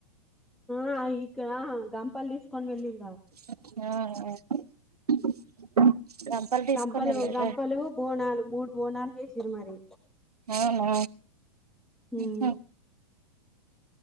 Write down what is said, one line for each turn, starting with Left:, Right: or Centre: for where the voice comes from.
Centre: ఆ ఇకా గంపల్ తీస్కోన్ వెల్లిడు
Right: అ ఆ గంపలు తీసుకొని
Centre: కంపలు
Right: వెళ్ళారా
Centre: గంపలు బోనాలు మూడ్ బోనాల్ చేశిరు మరి
Right: అవునా
Centre: ఉమ్
Right: హా <inaudible>